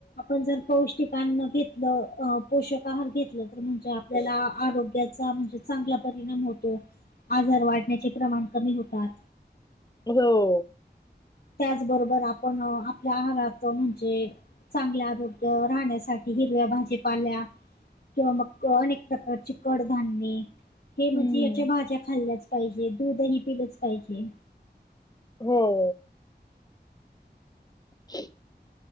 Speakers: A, on the left (about 60°); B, on the left (about 20°).
A: आपण जर पौष्टिकां्न घेतलं पोषक आहार घेतलं तर म्हणजे आपल्याला आरोग्याचा म्हणजे चांगला परिणाम होतो आजार वाढण्याचे प्रमाण कमी होतात.
B: हो.
A: त्याचबरोबर आपण आपल्या आहारात म्हणजे चांगल्या आरोग्य राहण्यासाठी हिरव्या भाजीपाल्या किंवा मग अनेक प्रकारची कडधान्य हे म्हणजे
B: हम्म
A: याच्या भाज्या खाल्ल्याच पाहिजे दूधही पिलंच पाहिजे.
B: हो. ह <inaudible>